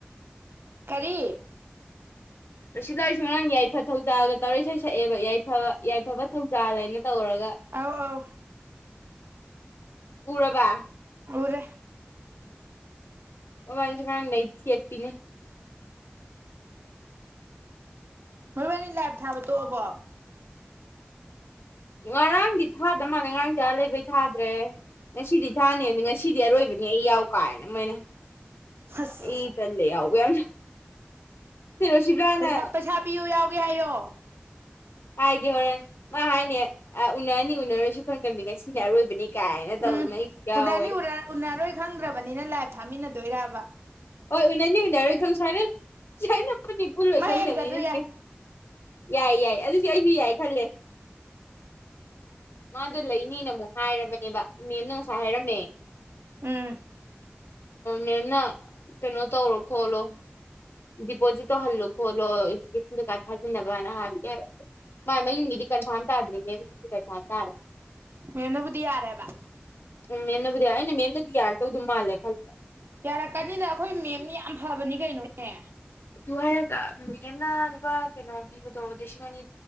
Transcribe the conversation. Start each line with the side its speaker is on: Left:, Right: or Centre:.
Right: ꯀꯔꯤ
Left: ꯁꯤꯗ ꯑꯩꯔꯤꯁꯦ ꯉꯔꯥꯡ ꯌꯥꯏꯐ ꯊꯧꯖꯥꯜꯒ ꯇꯧꯔꯩ ꯁ ꯁꯛꯑꯦꯕ ꯌꯥꯏꯐ ꯌꯥꯏꯐꯕ ꯊꯧꯖꯥꯜ ꯍꯥꯏꯅ ꯇꯧꯔꯒ
Right: ꯑꯧ ꯑꯧ
Left: ꯎꯔꯕ
Right: ꯎꯔꯦ
Left: ꯑꯣ ꯋꯥꯅꯤ ꯆꯀꯥꯟ ꯅ ꯊꯤ ꯑꯦꯛꯇꯄꯤꯅꯦ
Right: ꯃꯔꯨꯣꯏꯕꯥꯅꯤ ꯂꯥꯏꯞ ꯊꯥꯕ ꯇꯣꯛꯕꯣ
Left: ꯉꯔꯥꯡꯗꯤ ꯊꯥꯗ ꯃꯥꯜꯂꯦ ꯉꯔꯥꯡ ꯆꯌꯥꯥ ꯂꯩꯕꯩ ꯊꯥꯗ꯭ꯔꯦ ꯉꯁꯤꯗꯤ ꯊꯥꯅꯤꯗ ꯉꯁꯤꯗꯤ ꯑꯔꯣꯏꯕꯅꯤ ꯑꯩ ꯌꯥꯎ ꯀꯥꯏꯅ ꯃꯣꯏꯅ
Right: ꯍꯁ
Left: ꯏ ꯇꯜꯂꯦ ꯌꯥꯎꯕ ꯌꯥꯝꯅ ꯁꯤꯔꯣꯁꯤꯕ꯭ꯂꯥꯅ
Right: ꯄꯩꯁꯥ ꯄꯩꯁꯥ ꯄꯤꯌꯨ ꯌꯥꯎꯒꯦ ꯍꯥꯏꯌꯣ
Left: ꯍꯥꯏꯦ ꯍ ꯃꯥ ꯍꯥꯏꯅꯤ ꯑ ꯎꯅꯔꯅꯤ ꯎꯅꯔꯁꯨ ꯈꯪꯗꯝꯕꯅꯤ ꯉꯁꯤꯅꯦ ꯑꯔꯣꯏꯕꯅꯤ ꯀꯥꯏꯅ ꯇꯧꯗꯅ
Right: ꯎꯝ
Left: ꯌꯥꯎꯋꯦ
Right: ꯎꯅꯅꯤ ꯎꯅꯔꯣꯏ ꯈꯪꯗ꯭ꯔꯕꯅꯤꯅ ꯂꯥꯏꯚ ꯊꯥꯃꯤꯟꯅꯗꯦ ꯑꯗꯨꯗꯣ ꯏꯔꯕ
Left: ꯍꯣꯏ ꯎꯅꯅꯤ ꯎꯅꯔꯣꯏ ꯈꯪ ꯁꯥꯏꯅꯅ ꯀꯨꯂ
Right: ꯃꯥꯏ
Left: ꯆꯪꯅꯦꯦ
Right: ꯑꯪꯀꯗꯨ ꯌꯥꯏ
Left: ꯌꯥꯏ ꯌꯥꯏ ꯑꯗꯨꯁꯨ ꯑꯩꯁꯨ ꯌꯥꯏ ꯈꯜꯂꯦ ꯃꯥꯗꯣ ꯂꯩꯅꯤꯅ ꯑꯃꯨꯛ ꯍꯥꯏꯔꯕ ꯅꯦꯕ ꯃꯦꯝꯅ ꯉꯁꯥꯏ ꯍꯥꯏꯔꯝꯃꯦ
Right: ꯎꯝ
Left: ꯃꯦꯝꯅ ꯀꯩꯅꯣ ꯇꯧꯔꯣ ꯈꯣꯠꯂꯣ ꯗꯤꯄꯣꯖꯤꯠ ꯇꯧꯍꯜꯂꯣ ꯈꯣꯠꯂꯣ ꯏꯗꯨꯀꯦꯁꯟꯗ ꯀꯥꯔꯗ ꯊꯥꯖꯤꯟꯅꯕꯅ ꯍꯥꯏꯕꯗꯤ ꯍꯥꯏ ꯃꯥ ꯃꯌꯨꯝꯒꯤꯗꯤ ꯀꯟꯐꯥꯔꯝ ꯇꯥꯗ꯭ꯔꯤꯅꯦꯒꯤ ꯀꯟꯐꯥꯝ ꯇꯥꯔ
Right: ꯃꯦꯅꯕꯨꯗꯤ ꯌꯥꯔꯦꯕ
Left: ꯎꯝ ꯃꯦꯝꯅꯕꯨꯗꯤ ꯌꯥꯏ ꯑꯩꯅ ꯃꯦꯝꯅꯗꯤ ꯌꯥꯔꯗꯧꯗ ꯃꯥꯜꯂꯦ ꯈꯂꯦ
Right: ꯌꯥꯔꯛꯀꯅꯤꯗ ꯑꯩꯈꯣꯏ ꯃꯦꯝꯅꯤ ꯌꯥꯝ ꯐꯕꯅꯤ ꯀꯩꯅꯣ ꯍꯦ
Left: ꯑꯗꯨ ꯍꯥꯏꯔꯒ ꯃꯦꯝꯅ ꯂꯨꯄꯥ ꯀꯩꯅꯣ ꯄꯤꯕꯗꯣ ꯂꯤꯁꯤꯡ ꯑꯅꯤ